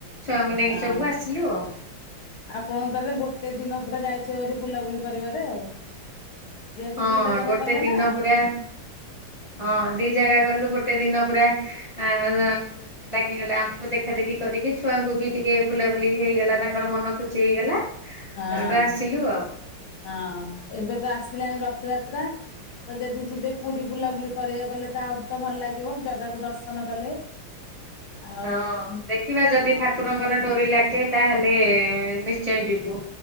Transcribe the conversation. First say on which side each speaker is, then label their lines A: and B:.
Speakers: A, on the left; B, on the left.
A: ଛୁଆଙ୍କୁ ନେଇକି
B: ହଁ
A: ସବୁ ଆସିଲୁ ଆଉ।
B: ଆପଣ ତରେ ଗୋଟେ ଦିନ ପୁରା ଯାଇଥିବ ହେରୀ ବୁଲାବୁଲି କରିବାରେ ଆଉ। ଯେହେତୁ
A: ହଁ
B: ଦିଟା ଜାଗା
A: ଗୋଟେ
B: ଗଲ
A: ଦିନ
B: ନା
A: ପୁରା ହଁ ଦି ଜାଗା ଗଲୁ ଗୋ ଗୋଟେ ଦିନ ପୁରା ଆ ଲାଗିଗଲା ଆମକୁ ଦେଖା ଦେଖି କରିକି ଛୁଆଙ୍କୁ ବି ଟିକେ ବୁଲାବୁଲି ହେଇଗଲା ତାଙ୍କର ମନ ଖୁସି ହେଇଗଲା।
B: ହଁ
A: ସେଉଠୁ ଆସିଲୁ ଆଉ।
B: ହଁ ଏବେ ତ ଆସିଲାଣି ରଥଯାତ୍ରା। ତ ଯଦି ଯିବେ ପୁରୀ ବୁଲାବୁଲି କରିବାକୁ ଗଲେ ତ ଆହୁରି ତ ଭଲ ଲାଗିବ ଜାଗାକୁ ଦର୍ଶନ କଲେ। ଆଉ
A: ହଁ ଦେଖିବା ଯଦି
B: ହଁ
A: ଠାକୁରଙ୍କର ଡୋରି ଲାଗେ ତାହେଲେ ନିଶ୍ଚୟ ଯିବୁ।